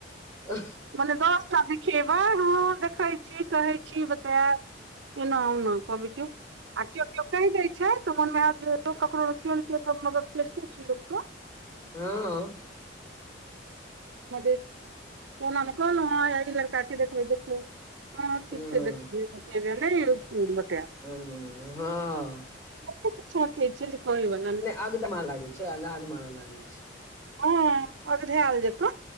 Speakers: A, on the left (about 15°); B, on the right (about 75°).
A: हँ
B: मने दस टा देखेबै हँ देखै छी कहै छी बतायब एना ओना कहबय जो। आ केओ केओ कहि दै छैय तऽ मोनमे होयत जे लोक ककरो केओ नहि केओ मदद करिते छैय लोकके।
A: हँ
B: <unintelligible> तना मे कहलहुँ हँ ई लड़का छैय देखबै देखियौ ह
A: हँ
B: ठीक छैय देखबै। <unintelligible> बतैब।
A: ह- हँ-हँ-हँ।
B: <unintelligible>
A: अगदमा लागै छै, अगाध मार लागे छै।
B: हँ अगधायल जंका